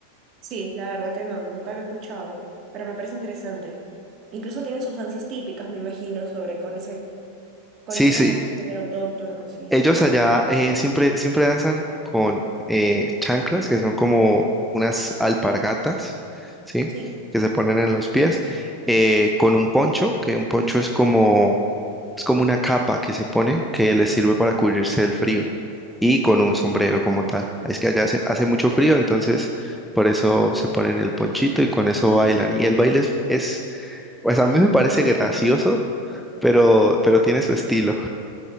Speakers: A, on the right; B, in the centre.
A: Sí, la verdad que no, nunca lo he escuchado, pero me parece interesante. Incluso tiene sus danzas típicas, me imagino, sobre con ese, con
B: Sí,
A: ese
B: sí.
A: como que género autóctono, sí.
B: Ellos allá eh, siempre, siempre danzan con eh, chanclas, que son como unas alpargatas,
A: Mm,
B: ¿sí?
A: Sí.
B: Que se ponen en los pies, eh, con un poncho, que un poncho es como Es como una capa que se pone que les sirve para cubrirse del frío y con un sombrero como tal. Es que allá hace, hace mucho frío, entonces por eso se ponen el ponchito y con eso bailan. Y el baile es, es- pues a mí me parece gracioso, pero, pero tiene su estilo.